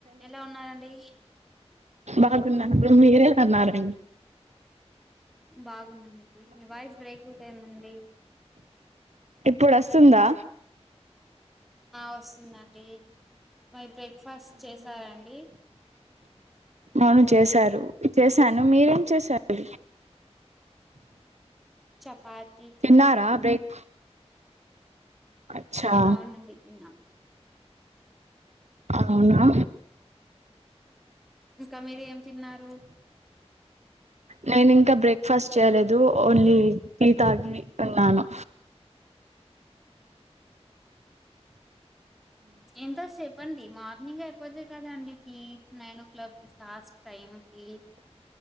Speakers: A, in the centre; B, on the right.
A: ఎలా ఉన్నారండి
B: బాగున్నారు మీరెలా ఉన్నారండి
A: బాగున్నానండి వాయిస్ బ్రేక్ అవుతాయిందండి
B: ఇప్పుడు వస్తుందా
A: వస్తుందండి మరి బ్రేక్ఫాస్ట్ చేసారాండి
B: ఆ చె చేశాను మీరేం చేశారు
A: చపాతి చేసా
B: తిన్నారా బ్రేక్ అచ్చా
A: అవునండి తిన్నాం
B: అవునా
A: ఇంకా మీరు ఏం తిన్నారు
B: నేను ఇంకా బ్రేక్ఫాస్ట్ చేయలేదు ఓన్లీ టీ తాగి ఉన్నాను
A: ఎంత సేపండి మార్నింగ్ చెపోతే కదాండి tea nine o'clock last time tea